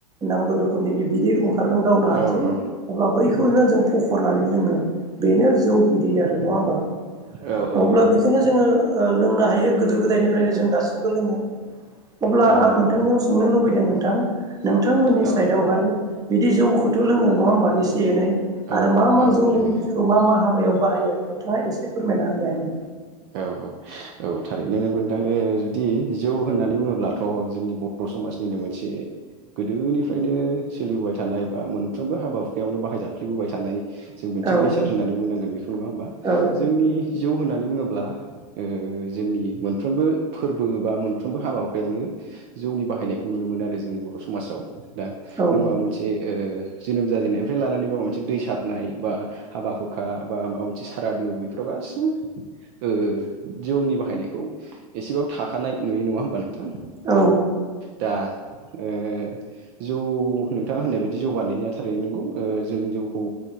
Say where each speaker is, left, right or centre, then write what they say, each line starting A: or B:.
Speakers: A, on the right; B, on the right.
A: नांगौ रोखोमनि बे बिदै ओंखारगोन गावनो हारसिं
B: औ औ
A: अब्ला बै खौनो जों थखरनानै लोङो बेनो जौ बिदै आरो नङा होमबा?
B: औ औ
A: अब्ला
B: औ नंगौ
A: बेखोनो जोङो ओ लोंनो हायो। गोदो गोदायनिफ्रायनो जों दासिमबो लोङो अब्ला
B: औ
A: आं
B: औ
A: नोंथांनियाव
B: नंगौ
A: सोंनो लुबै दों नोंथां नोंथांमोननि
B: औ
A: साइडआवहाय बिदि जौ खौ लोङो नङा हा एसे एनै
B: औ
A: आरो मा मा
B: औ लोङो
A: जौनि
B: लोङो
A: मा मा हाबायाव बाहायो नोंथाङा एसे फोरमायना होलाय आंनो
B: औ औ औ थारै नो नोंथां जुदि जौ होननानै बुङोब्लाथ' जोंनि बर' समाजनिनो मोनसे गोदोनिफ्रायनो सोलिबोबाय थानाय बा मोनफ्रोमबो हाबा हुखायावनो बाहायजाफ्ललिबोबाय थानाय जों मोनसे
A: आंनो
B: बेसाद होननानै बुंनांगोन बेखौ नङा होमबा
A: औ
B: जोंनि जौ होननानै बुङो ब्ला ओ जोंनि मोनफ्रोमबो फोरबो बा मोनफ्रोमबो हाबा हुखायावनो जौनि बाहायनायखौ नुनो मोनो आरो जोंनि बर' समाजाव दा
A: औ
B: नों माबा मोनसे ओ जोनोम जाजेननायनिफ्राय लानानै माबा मोनसे दै सारनाय बा हाबा हुखा बा माबा मोनसे सारादु बेफोराव गासिबो ओ जौनि बाहायनायखौ एसेबाबो थाखानाय नुयो नङा होमबा नों थां
A: औ
B: दा ओ जौ नोंथाङा होननाय बायदि जौ बानायनाया थारैनो नंगौ ओ जों जौखौ